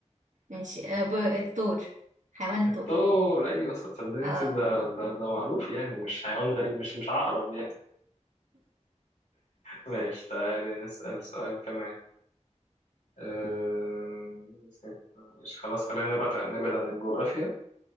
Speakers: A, on the right (about 85°); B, on the left (about 80°).
A: ماشي آه، ب- الثور حيوان الثور
B: الثور ايوه صدقني
A: اه
B: ده ده ده معروف يعني مش حيوان غريب مش مش عقرب يعني ماشي تعالي نسأل سؤال كمان أه... مش خلاص خلينا نبعد نبعد عن الجغرافيا